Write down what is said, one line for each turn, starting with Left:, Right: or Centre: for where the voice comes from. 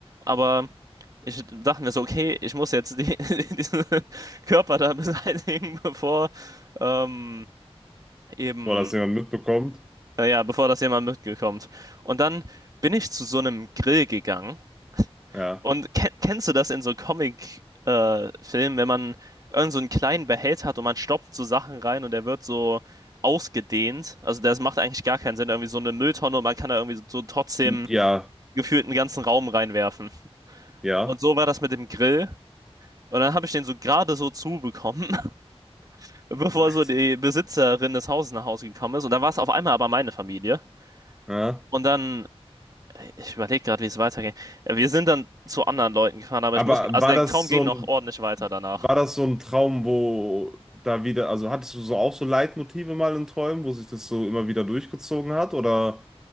Right: aber ich dachte mir so, okay, ich muss jetzt die, <laughs> diesen Körper da <laughs> beseitigen, bevor ähm, eben
Centre: Boah, dass jemand mitbekommt.
Right: Äh, ja, bevor das jemand mitgekommt. Und dann bin ich zu so einem Grill gegangen.
Centre: Ja.
Right: Und ken kennst du das in so Comic-Filmen, wenn man irgend so einen kleinen Behälter hat und man stopft so Sachen rein und der wird so ausgedehnt? Also das macht eigentlich gar keinen Sinn. Irgendwie so eine Mülltonne und man kann da irgendwie so trotzdem
Centre: Ja,
Right: gefühlt einen ganzen Raum reinwerfen.
Centre: ja.
Right: Und so war das mit dem Grill. Und dann habe ich den so gerade so zubekommen, <laughs> bevor
Centre: Alter.
Right: so die Besitzerin des Hauses nach Hause gekommen ist. Und dann war es auf einmal aber meine Familie.
Centre: Ja.
Right: Und dann Ich überlege gerade, wie es weitergeht. Äh, Wir sind dann zu anderen Leuten gefahren, aber
Centre: Aber
Right: ich muss. Also
Centre: war
Right: der
Centre: das
Right: Traum ging
Centre: so
Right: noch
Centre: ein,
Right: ordentlich weiter danach.
Centre: war das so ein Traum, wo da wieder, also hattest du so auch so Leitmotive mal in Träumen, wo sich das so immer wieder durchgezogen hat? Oder